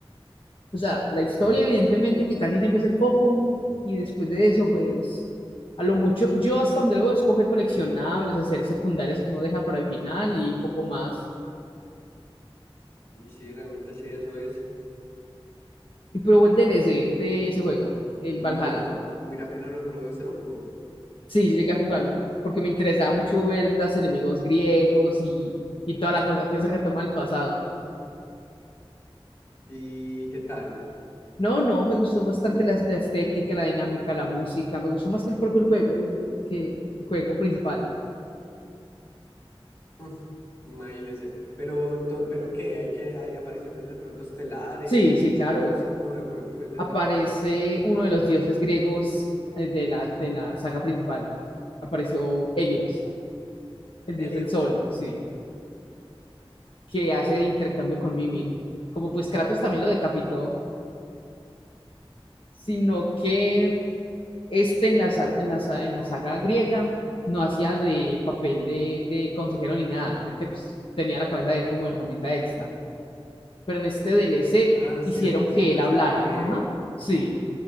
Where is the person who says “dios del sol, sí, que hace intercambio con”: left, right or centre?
Left